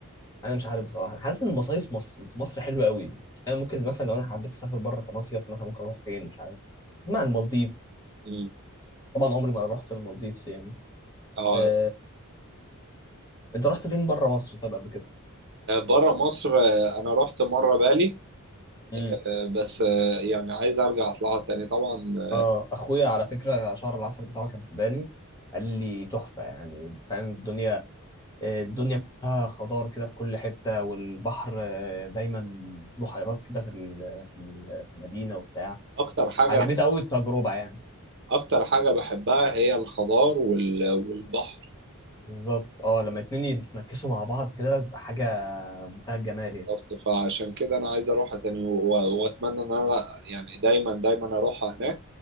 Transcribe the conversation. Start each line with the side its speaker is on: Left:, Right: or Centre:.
Left: انا مش عارف بصراحه حاسس ان المصايف مصر في مصر حلوه قوي بس انا ممكن مثلا لو انا حبيت اسافر بره كمصيف مثلا ممكن اروح فين مش عارف اسمع عن المالديف
Right: مم.
Left: بس طبعا عمري ما رحت المالديفز يعني
Right: اه
Left: آه، انت رحت فين بره مصر طيب قبل كده
Right: بره مصر آه، انا رحت مره بالي
Left: امم
Right: آه، بس آه، يعني عايز ارجع اطلعها تاني طبعا آه،
Left: اه اخويا على فكره شهر العسل بتاعه كان في بالي قال لي تحفه يعني فاهم الدنيا آه، الدنيا كلها خضار كده في كل حته والبحر آه، دايما في بحيرات كده في ال- في ال- في المدينه وبتاع
Right: اكتر حاجه
Left: عجبتها قوي التجربه يعني
Right: اكتر حاجه بحبها هي الخضار وال- والبحر
Left: بالظبط اه لما اتنين يتمكسوا مع بعض كده بيبقى حاجه منتهى الجمال يعني
Right: بالظبط. فعشان كده انا عايز اروحها تاني و- واتمنى ان انا يعني دايما دايما اروحها هناك